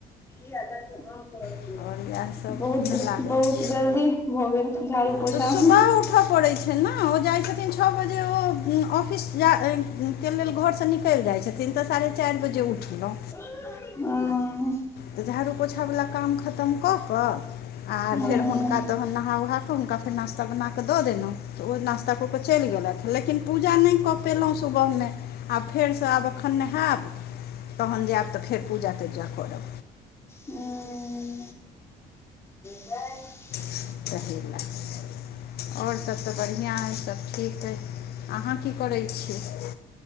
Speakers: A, on the left; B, on the left.
A: की हाल चाल
B: आओर
A: छौ?
B: इएह
A: <unintelligible>
B: सबमे
A: बहुत ज
B: लागल
A: बहुत
B: छी
A: जल्दी भऽ गेल। झाड़ू पोछा
B: तऽ सुबह
A: हँ
B: उठऽ पड़ै छै न ओ जाइ छथिन छऽ बजे ओ ऑफिस जा हुनकेलेल घरसँ निकलि जाइ छथिन तऽ साढ़े चारि बजे उठलहु।
A: उम्म।
B: तऽ झाड़ू पोछावला काम खतम कऽ क आर
A: हँ
B: फेर हुनका तहन नहा उहा कऽ हुनका फेर नाश्ता बना कऽ दऽ देलौ। ओ नास्ता कऽ क चलि गेलथि लेकिन पूजा नहि कऽ पेलहुँ सुबहमे आब फेरसँ आब एखन नहायब तहन जैब तऽ फेर पूजा तूजा करब।
A: हुं। ह
B: <unintelligible> और सब तऽ बढ़िआँ अइ सभ ठीक अइ। अहाँ की करैत छीयै?